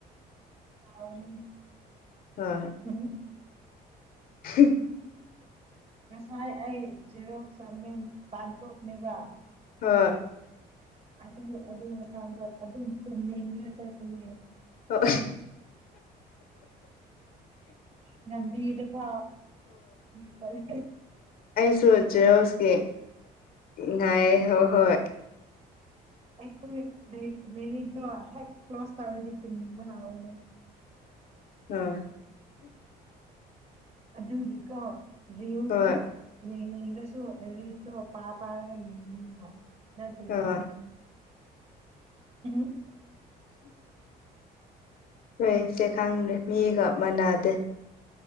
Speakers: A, on the right; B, on the left.
A: ꯇꯥꯎꯅꯤ
B: ꯍ
A: ꯎꯝ
B: ꯎ
A: ꯉꯁꯥꯏ ꯑꯩ ꯖꯦꯔꯣꯛ ꯆꯃꯤꯦꯟ ꯄꯥꯟꯊꯣꯛꯂꯤꯕ
B: ꯍ
A: ꯑꯗꯨ ꯑꯗꯨ ꯃꯇꯗ ꯑꯗꯨꯝ ꯇꯨꯝꯅꯤ ꯉꯔ ꯆ ꯑꯗꯨꯅꯦ
B: ꯍ
A: ꯉꯝꯕꯤꯔ ꯐ ꯇ ꯏ
B: ꯁꯣꯦꯀꯤ ꯅ ꯑ ꯍꯣꯏ ꯍꯣꯏ
A: ꯑꯩꯈꯣꯏꯔꯤ ꯂꯔꯤꯗꯣ ꯍꯦꯛ ꯀ꯭ꯂꯣꯁ ꯇꯧꯔꯗꯤ ꯇꯨꯝꯅꯤꯡꯕ ꯍꯥꯎꯔꯅꯦ
B: ꯎꯝ
A: ꯑꯗꯨꯗꯤꯀꯣ ꯔꯤꯌꯣꯁꯨ
B: ꯍꯣꯏ
A: ꯌꯦꯡꯉꯉꯁꯨ ꯔꯔꯤꯠꯇꯣ ꯄꯥ ꯄꯥꯔꯒ ꯌꯦꯡꯉꯅꯦꯕ ꯅꯠꯇ꯭ꯔꯗꯤ
B: ꯍꯣꯏ
A: ꯇꯨꯝꯃꯤ ꯎꯝ
B: ꯍꯣꯏ ꯁꯦ ꯈꯪꯗꯦ ꯃꯤꯒ ꯃꯥꯟꯅꯗꯦ